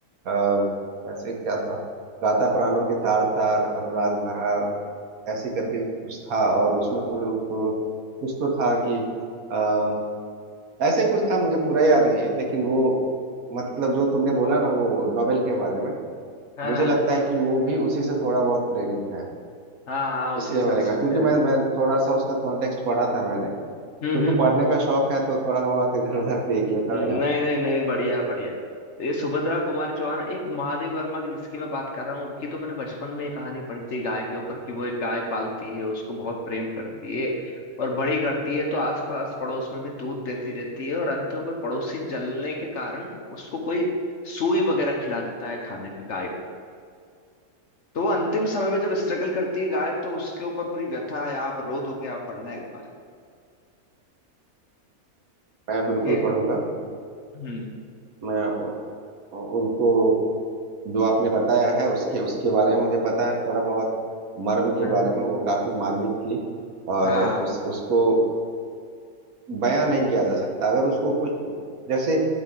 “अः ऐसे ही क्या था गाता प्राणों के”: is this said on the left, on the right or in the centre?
Right